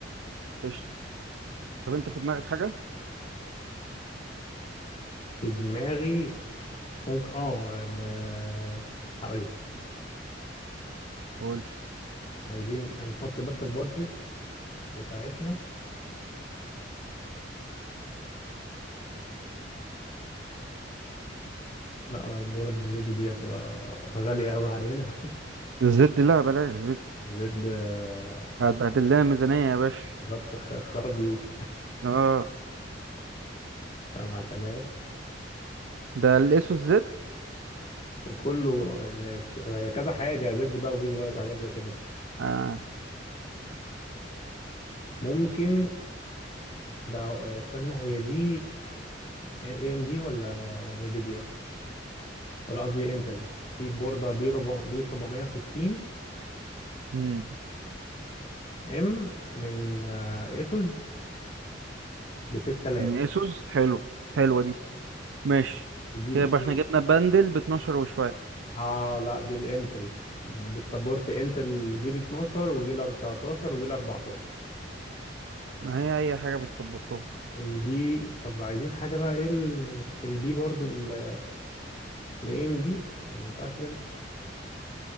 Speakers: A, on the right; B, on the left.
A: قشطه طب انت في دماغك حاجه
B: في دماغي ممكن اه م- هقول لك
A: قول
B: عايزين هنحط بس البادجت بتاعتنا لا بورد الزد دي هتبقى غالية قوي علينا
A: الزد لا بلاش زد
B: <laughs> زد آه،
A: هتبهدل لنا ميزانيه يا باشا
B: بالظبط خ- خراب بيوت
A: اه
B: <laughs> 7000
A: ده الاسوس زد
B: وكله ال- آه، كذا حاجة زد بقى وجيجا بايت وحاجات زي كده
A: اه
B: ممكن ده آه، استنى هي دي اي ام دي ولا نيفيديا ولا قصدي انتل في بوردة بي 400 بي 760
A: مم.
B: ام من اسوس ب 6000
A: من اسوس حلو حلوه دي ماشي
B: دي
A: كده
B: الايه
A: يبقى احنا جبنا بندل ب 12 وشويه
B: اه لا دي الانتل بتسبورت انتل جيل 12 وجيل 13 وجيل 14
A: ما هي اي حاجه بتسبورتها
B: البي طب عايزين حاجه بقى ايه ال... في البي برضو الاي ام دي يعني ما ينفعش كده